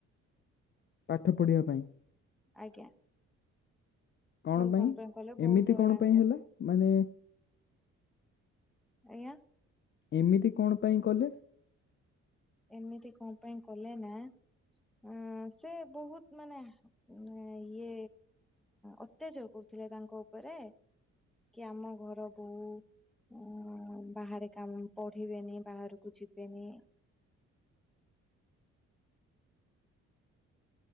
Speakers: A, on the left; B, in the centre.
A: ପାଠ ପଢ଼ିବା ପାଇଁ?
B: ଆଜ୍ଞା।
A: କଣ
B: ବହୁତୁ
A: ପାଇଁ
B: କମ୍ପ୍ଲେଲନ କଲେ ବହୁତୁ
A: ଏମିତି କଣ
B: ହଇରାଣ
A: ପାଇଁ
B: କଲେ
A: ହେଲା ମାନେ
B: ଆଜ୍ଞା।
A: ଏମିତି କଣ ପାଇଁ କଲେ?
B: ଏମିତି କଣ ପାଇଁ କଲେ ନା ଅ ସେ ବହୁତୁ ମାନେ ଇଏ ଅତ୍ୟାଚାର କ ଥିଲେ ତାଙ୍କ ଉପରେ କି ଆମ ଘର ବୋହୁ ବାହାରେ କାମ ପଢିବେନି ବାହାରକୁ ଯିବେନି